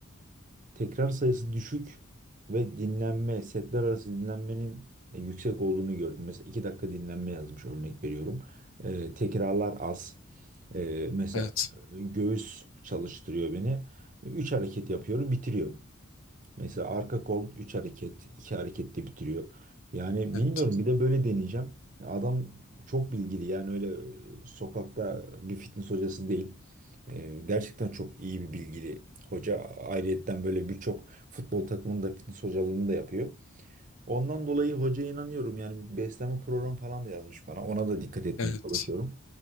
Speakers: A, on the right; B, on the left.
A: tekrar sayısı düşük ve dinlenme, setler arası dinlenmenin e, yüksek olduğunu gördüm. Mesela 2 dakika dinlenme yazmış örnek veriyorum. E, tekrarlar az. E, mesela
B: Evet.
A: göğüs çalıştırıyor beni. 3 hareket yapıyorum, bitiriyor. Mesela arka kol 3 hareket, 2 hareketle bitiriyor. Yani
B: Evet.
A: bilmiyorum bir de böyle deneyeceğim. Adam çok bilgili yani öyle e, sokakta bir fitness hocası değil. E, gerçekten çok iyi bir bilgili hoca. Ayrıyetten böyle birçok futbol takımının da fitness hocalığını da yapıyor. Ondan dolayı hocaya inanıyorum. Yani bir beslenme programı falan da yazmış bana. Ona da dikkat etmeye
B: Evet.
A: çalışıyorum.